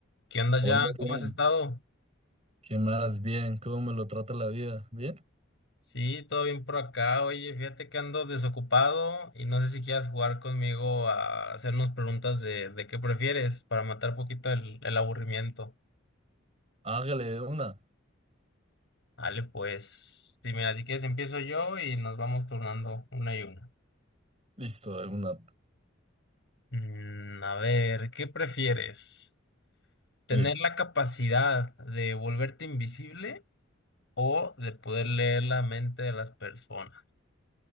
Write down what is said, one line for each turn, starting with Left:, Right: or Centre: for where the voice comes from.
Left: ¿Qué onda,
Right: Hola,
Left: Jan?
Right: Adrián.
Left: ¿Cómo has estado?
Right: ¿Qué más? Bien, ¿cómo me lo trata la vida? ¿Bien?
Left: Sí, todo bien por acá. Oye, fíjate que ando desocupado y no sé si quieras jugar conmigo a hacernos preguntas de, de qué prefieres para matar poquito el, el aburrimiento.
Right: Hágale de una.
Left: Vale, pues, sí, mira, si quieres empiezo yo y nos vamos turnando una y una.
Right: Listo, de una.
Left: Mm, a ver, ¿qué prefieres? ¿Tener
Right: Listo.
Left: la capacidad de volverte invisible o de poder leer la mente de las personas?